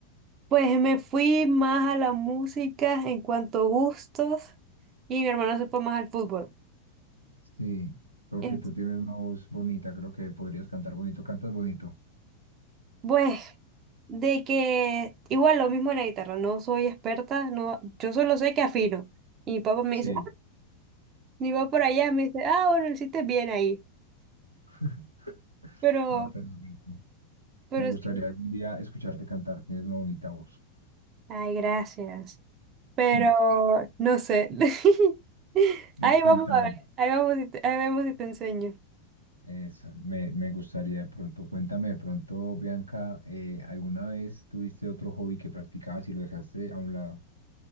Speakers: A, on the right; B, on the right.
A: pues me fui más a la música en cuanto a gustos y mi hermano se fue más al fútbol.
B: Sí, porque
A: Ent-
B: tú tienes una voz bonita, creo que podrías cantar bonito, cantas bonito.
A: pues de que igual lo mismo en la guitarra, no soy experta, no, yo solo sé que afino. Y mi papá me
B: Sí.
A: dice, Ni va por allá, me dice, ah, bueno, lo hiciste bien ahí.
B: <laughs>
A: Pero,
B: Ah, pero rico.
A: pero
B: Me gustaría
A: sí.
B: algún día escucharte cantar, tienes una bonita voz.
A: Ay, gracias. Pero,
B: Mm.
A: no sé. <laughs>
B: Y
A: Ahí
B: cuéntame,
A: vamos a ver. Ahí vamos y te- ahí vemos si te enseño.
B: eso, me, me gustaría de pronto, cuéntame de pronto, Bianca, eh, ¿alguna vez tuviste otro hobby que practicabas y lo dejaste a un lado?